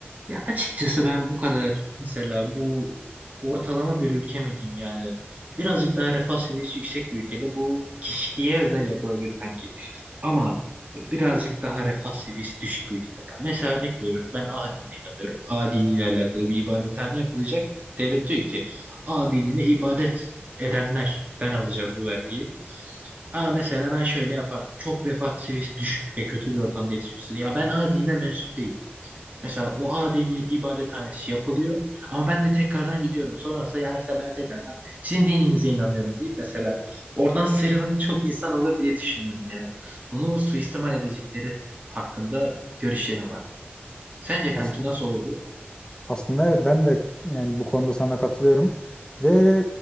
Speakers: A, on the right; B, on the left.
A: ya açıkçası ben bu kadar mesela bu ortalama bir ülke mi diyeyim yani birazcık daha refah seviyesi yüksek bir ülkede bu kişiye özel yapılabilir kanki. Ama birazcık daha refah seviyesi düşük bir ülkede. Ya mesela örnek veriyorum ben A dinine inanıyorum. A diniyle alakalı bir ibadethane yapılacak. Devlet diyor ki A dinine ibadet edenlerden alacağız bu vergiyi. Ama mesela ben şöyle yapardım. Çok refah seviyesi düşük ve kötü bir ortamda yetişiyorsun. Ya ben adine mensup değilim. Mesela o adinin ibadethanesi yapılıyor. Ama ben de tekrardan gidiyorum. Sonrasında ya işte ben de tekrardan sizin dininize inanıyorum deyip mesela oradan sıyrılan çok insan olur diye düşünüyorum yani. Bunu suistimal edecekleri hakkında görüşlerim var. Sence
B: Aslında
A: kanki nasıl olurdu?
B: Aslında evet ben de yani bu konuda sana katılıyorum ve